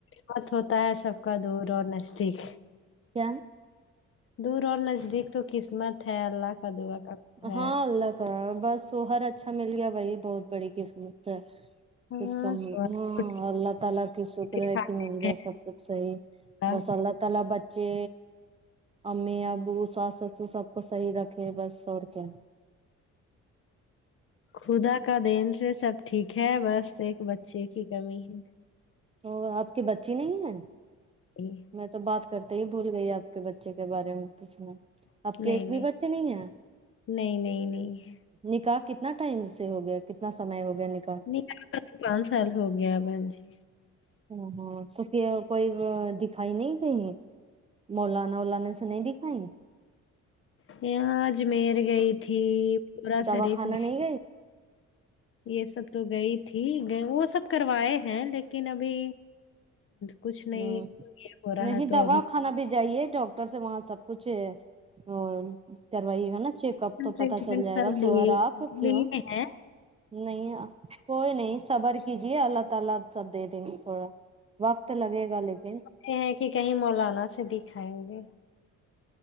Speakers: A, on the left; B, on the right.
A: بہت ہوتا ہے سب کا دور اور نزدیک
B: کیا
A: دور اور نزدیک تو قسمت ہے اللہ کا دعا کا ہے
B: ہاں اللہ کا بس شوہر اچھا مل گیا وہیں بہت بڑی قسمت ہے
A: ہاں
B: کچھ کا
A: سوال
B: ہاں
A: تو
B: اللہ تعالی کی شکر
A: ٹھیک
B: ہے
A: ٹھاک
B: کہ
A: آنے
B: مل گیا
A: میں
B: سب کچھ صحیح
A: تھا۔
B: بس اللہ تعالی بچے امی ابو ساس سسر سب کو صحیح رکھے بس اور ہوں
A: خدا کا دین سے سب ٹھیک ہے بس ایک بچے کی کمی ہے
B: اور آپ کی بچی نہیں ہے
A: <inaudible>
B: میں تو بات کرتے ہی بھول گئی آپ کے بچے کے بارے میں پوچھنا
A: نہیں
B: آپ کے ایک
A: نہیں
B: بھی بچے نہیں ہیں
A: نہیں نہیں نہیں ہے
B: نکاح کتنا ٹائم سے ہو گیا کتنا سمے ہو گیا نکاح
A: نکاح کا تو پانچ سال ہو گیا باجی
B: ہ ہاں تو کہ کوئی دکھائی نہیں گئی ہے مولانا وولانا سے نہیں دیکھای
A: پھر اجمیر گئی تھی عمرہ
B: دوا
A: شریف
B: کھانا
A: گئی
B: نہیں
A: یہ سب تو گئی تھی وہ سب کروائے ہیں لیکن ابھی کچھ نہیں
B: ہ
A: یہ ہو رہا
B: نہیں
A: تو
B: دوا
A: ابھی
B: کھانا بھی جائیے ڈاکٹر سے وہاں سب کچھ کروائیے گا نا چیک کب
A: ٹریٹمنٹ
B: تو پتا چل جائے
A: سب
B: گا سوہرا
A: لیے
B: آپ کیوں
A: لیے ہیں
B: نہیں کوئی نہیں صبر کیجیے اللہ تعالی سب دے دیں گے تھوڑا تو لگے گا لیکن
A: کہے کہ کہیں مولانا سے دکھائیں گے